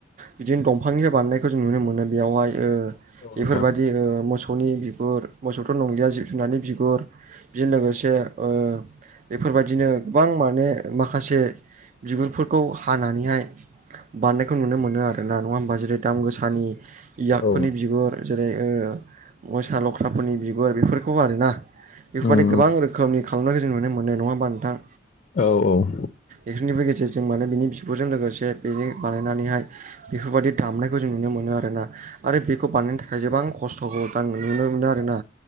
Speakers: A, on the right; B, on the left.
A: बिदिनो दंफांनि बानायनायखौ जों नुनो मोनो बेयावहाय ओ
B: उम
A: इफोरबायदि
B: औ
A: ओ मोसौ मोसौनि बिगुर मोसौथ' नंलिआ जिब जुनारनि बिगुर बेजों लोगोसे ओ इफोरबादिनो गोबां माने माखासे बिबगुरफोरखौ हानानैहाय बानायनायखौ नुनो मोनो आरो ना नङा होमबा जेरै दाम गोसानि इयाबफोरनि
B: औ
A: बिगुर जेरै ओ मोसा लख्राफोरनि बिगुर बेफोरखौ आरोना
B: नोंथां
A: बेफोरबादि
B: औ
A: गोबां रोखोमनि खालामनायखौ जों नुनो मोनो नङा हाबा नोंथां
B: औ औ
A: इफोरनिबो गेजेरजों माने बेनि बिगुरजों लोगोसे बेनि बानायनानैहाय बेफोरबादि दामनायखौ जों नुनो मोनो आरोना आरो खौ बानायनायनि थाखाय गोबां खस्थ'खौ दा आं नुनो मोनो आरोना